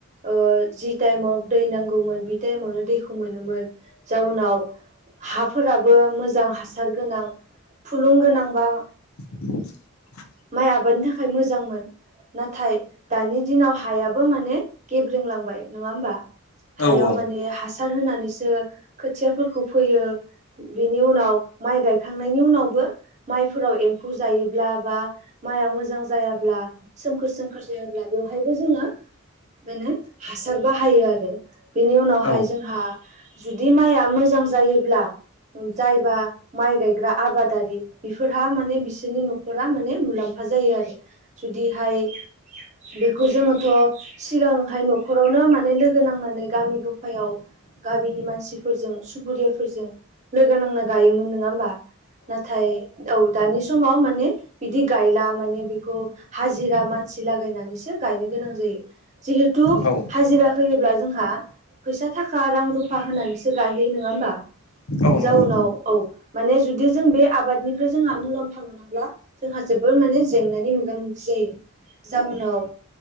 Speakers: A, on the right; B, on the left.
A: ओ जि टाइमाव दै नांगौमोन बि टाइमावनो दैखौ मोनोमोन। जाउनाव हाफोराबो मोजां हासार गोनां थुलुंगोनांबा
B: <inaudible>
A: माइ आबादनि थाखाय मोजांमोन। नाथाय दानि दिनाव हायाबो माने गेब्रोंलांबाय नोंङा होमबा? हायाव
B: औ
A: माने हासार होनानैसो खोथियाफोरखौ फोयो बेनि उनाव माइ गायखांनायनि उनावबो माइफोराव एम्फौ जायोब्ला बा माइआ मोजां जायाब्ला सोमखोर सोमखोर जायाब्ला बेवहायबो जोंङो माने हासार बाहायो आरो। बिनि उनावहाय
B: औ
A: जोंहा जुदि माइआ मोजां जायोब्ला जायबा माइ गायग्रा आबादारि बेफोरहा माने बिसोरनि न'खरा माने मुलाम्फा जायो आरो जुदिहाय बेखौ जोङोथ' सिगांहाय न'खरावनो माने लोगो नांनानै गामि गफायाव गामिनि मानसिफोरजों सुबुरियाफोरजों लोगो नांना गायोमोन नोंङा होमबा नाथाय औ दानि समाव माने बिदि गायला माने बेखौ हाजिरा मानसि लागायनानैसो गायनो गोनां जायो। जिहेथु
B: औ
A: हाजिरा होयोब्ला जोंहा फैसा थाखा रां रु फा होनानैसो गायहैयो नोंङा होमबा
B: औ
A: जाउनाव
B: नंगौ
A: औ माने जुदि जों बे आबादनिफ्राय जोंहा मुलाम्फा मोनाब्ला जोंहा जोबोर माने जेंनानि मोगा मोगि जायो जाउनाव